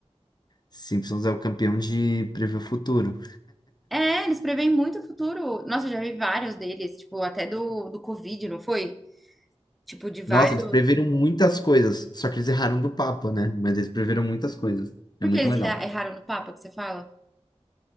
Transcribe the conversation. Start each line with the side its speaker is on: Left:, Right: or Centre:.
Left: Simpsons é o campeão de prever o futuro.
Centre: É, eles preveem muito o futuro. Nossa, eu já vi vários deles, tipo, até do, do Covid, não foi? Tipo, de vários.
Left: Nossa, eles preveram muitas coisas, só que eles erraram do Papa, né? Mas eles preveram muitas coisas.
Centre: Por
Left: É muito
Centre: que eles
Left: legal.
Centre: erra- erraram no Papa que você fala?